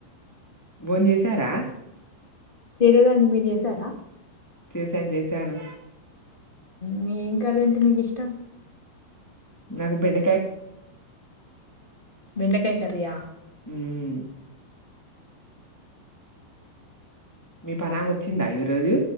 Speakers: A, in the centre; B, on the left.
A: భోన్ చేసారా
B: చేయలేదండి మీరు చేసారా
A: చేసాన్ చేసాను
B: మీ ఏం కర్రీ మీకు ఇష్టం
A: నాకు బెండ
B: బెండకాయ కర్రీ యా
A: హ్మ్ మీ పనమా వచ్చిందా ఈ రోజు